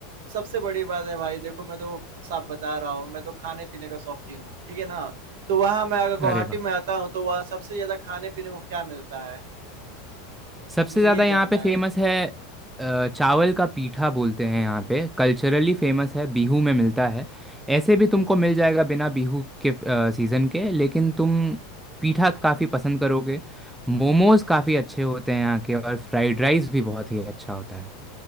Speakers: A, on the right (about 75°); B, in the centre.
A: सबसे बड़ी बात है भाई देखो मैं तो साफ बता रहा हूँ, मैं तो खाने-पीने का शौकीन हूँ, ठीक है ना? तो वहाँ मैं अगर गुवाहाटी
B: अरे वाह
A: में आता हूँ तो वहाँ सबसे ज़्यादा खाने-पीने को क्या मिलता है?
B: सबसे
A: मुझे
B: ज़्यादा
A: ये जानना
B: यहाँ पे फेमस
A: है।
B: है अ, चावल का पीठा बोलते हैं यहाँ पे कल्चरली फेमस है बिहू में मिलता है ऐसे भी तुमको मिल जाएगा बिना बिहू के सीज़न के लेकिन तुम पीठा काफ़ी पसंद करोगे मोमोज़ काफ़ी अच्छे होते हैं यहाँ के और फ्राइड राइस भी बहुत ही अच्छा होता है